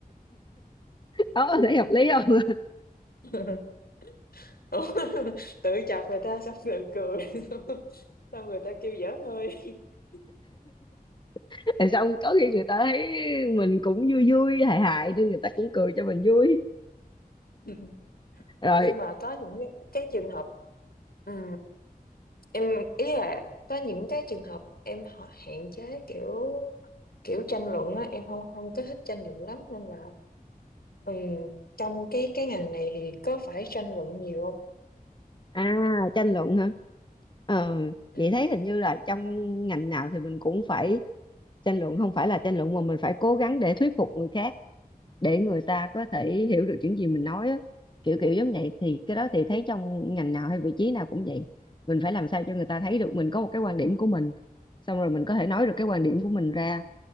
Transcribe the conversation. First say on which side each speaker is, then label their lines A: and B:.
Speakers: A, on the left; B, on the left.
A: Đó thấy hợp lý không?
B: <laughs> Ủa, tự chọc người ta xong tự cười <laughs> xong người ta kêu dở hơi <laughs>
A: <laughs> Tại xong có khi người ta thấy mình cũng vui vui hài hài nên người ta cũng cười cho mình vui.
B: Ừ.
A: Rồi
B: nhưng mà có những cái trường hợp Ừm, em ý là có những cái trường hợp em họ hạn chế kiểu kiểu tranh luận á em không không có thích tranh luận lắm nên là ừm, trong cái cái ngành này thì có phải tranh luận nhiều không
A: À, tranh luận hả? Ờ,
B: Ừm,
A: vậy thấy hình như là trong ngành nào thì mình cũng phải tranh luận, không phải là tranh luận mà mình phải cố gắng để thuyết phục người khác, để người ta có thể hiểu được những gì mình nói á. Kiểu kiểu giống vậy thì cái đó thì thấy trong ngành nào hay vị trí nào cũng vậy. Mình phải làm sao cho người ta thấy được mình có một cái quan điểm của mình, xong rồi mình có thể nói được cái quan điểm của mình ra